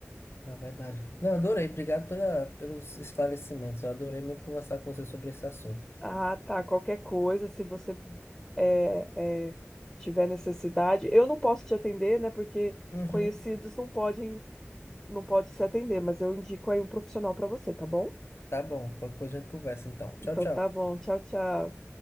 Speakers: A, on the left (about 60°); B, in the centre.
A: na verdade. Não, adorei, obrigado pela, pelos esclarecimentos. Eu adorei muito conversar com você sobre esse assunto.
B: Ah, tá. Qualquer coisa, se você é, é, tiver necessidade, eu não posso te atender, né, porque
A: Uhum.
B: conhecidos não podem, não pode se atender, mas eu indico aí um profissional para você, tá bom?
A: Tá bom, qualquer coisa a gente conversa então. Tchau,
B: Então,
A: tchau.
B: tá bom. Tchau, tchau.